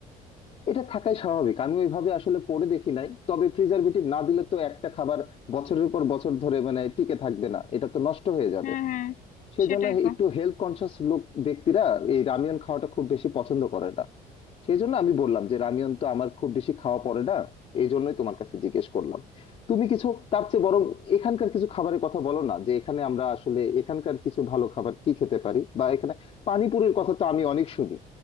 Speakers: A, on the left; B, on the left.
A: এটা থাকাই স্বাভাবিক আমি ওইভাবে আসলে পড়ে দেখি নাই তবে প্রিজারভেটিভ না দিলে তো একটা খাবার বছরের পর বছর ধরে মানে টিকে থাকবে না এটা তো নষ্ট হয়ে যাবে
B: হুম হুম
A: সেই
B: সেটাই
A: জন্য
B: তো
A: একটু হেলথ কনসিয়াস লোক ব্যক্তিরা এই রামিয়ন খাওয়াটা খুব বেশি পছন্দ করে না সেই জন্য আমি বললাম যে রামিয়ন তো আমার খুব বেশি খাওয়া পড়ে না এই জন্যই তোমার কাছে জিজ্ঞেস করলাম তুমি কিছু তার চেয়ে বরং এখানকার কিছু খাবারের কথা বলো না যে এখানে আমরা আসলে এখানকার কিছু ভালো খাবার কি খেতে পারি বা এখানে পানিপুরির কথা তো আমি অনেক শুনি